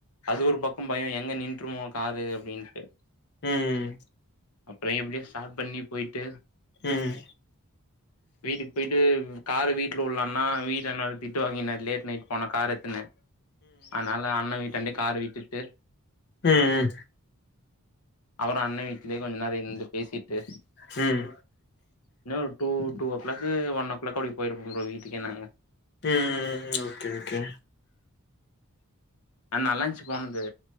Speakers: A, on the left; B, on the left.
A: அது ஒரு பக்கம் பயோ எங்க நின்றுமோ காரு அப்டின்ட்டு
B: ம்
A: அப்றோ எப்டியோ ஸ்டாட் பண்ணி போயிட்டு
B: ம் ம்
A: வீட்டுக்கு பொயிட்டு காரு வீட் வீட்ல உள்ள அண்ணா வீட்ட நடத்துட்டு வாங்கின லேட் நைட் போன கார் எத்துனு அதனால அண்ண வீட்டாண்டெயே காரு விட்டுட்டு
B: ம்
A: அவரா இப்டியே கொஞ்ச நேரோ இருந்து பேசிட்டு
B: ம்
A: இன்னோ ஒரு டூ ஓ க்ளாக்கு ஒன் ஓ க்ளாக்கு அப்டி போயிருப்போ ப்ரோ வீட்டுக்கே நாங்க
B: ம் ம் ஓகே ஓகே
A: ஆ நல்லாயிந்துச்சு போனது